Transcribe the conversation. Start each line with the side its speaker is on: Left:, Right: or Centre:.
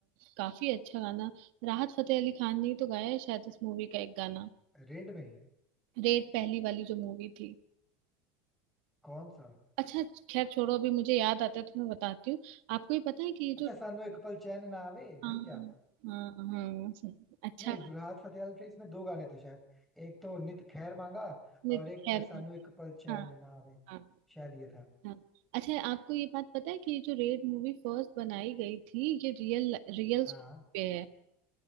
Right: काफी अच्छा गाना राहत फतेह अली खान ने ही तो गाया है शायद इस मूवी का एक गाना
Centre: रेड में
Right: रेड पहली वाली जो मूवी थी
Centre: कौन सा
Right: अच्छा खैर छोड़ो अभी मुझे याद आता है तो मैं बताती हूँ आपको ये पता है कि ये
Centre: अच्छा
Right: जो
Centre: सानू एक पल चैन ना आवे
Right: हाँ
Centre: भाई क्या
Right: हाँ हाँ हाँ, सही। अच्छा
Centre: नहीं राहत फतेह अली के इसमें दो गाने थे शायद एक तो नित खैर मांगा
Right: नित
Centre: और एक
Right: खैर
Centre: सानू एक पल चैन
Right: हाँ
Centre: ना आवे
Right: हाँ
Centre: शायद ये था
Right: हाँ अच्छा आपको ये बात पता है कि ये जो रेड मूवी फर्स्ट बनाई गई थी ये रियल रियल
Centre: हाँ
Right: पे है